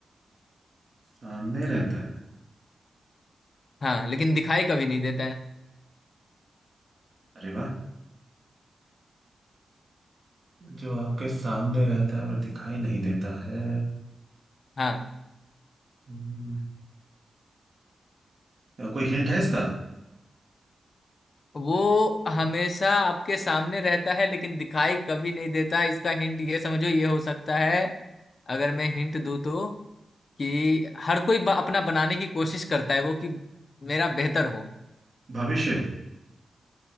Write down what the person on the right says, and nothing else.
सामने रहता है
अरे वाह जो आपके सामने रहता है पर दिखाई नहीं देता है
हम्म, कोई हिंट है इसका
भविष्य